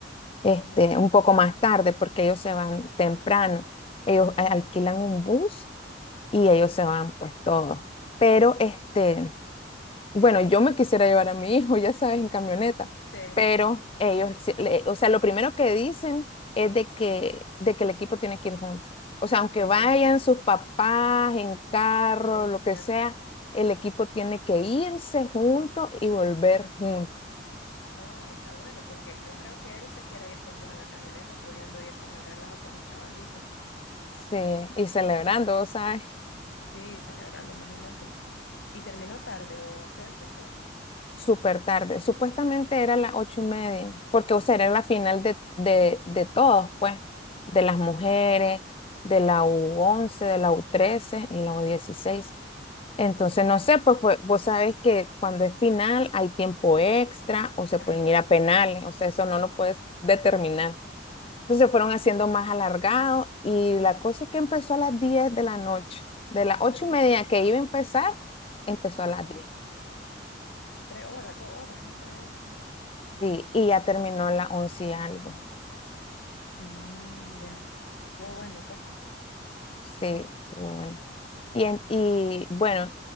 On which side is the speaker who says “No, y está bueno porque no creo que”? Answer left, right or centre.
Left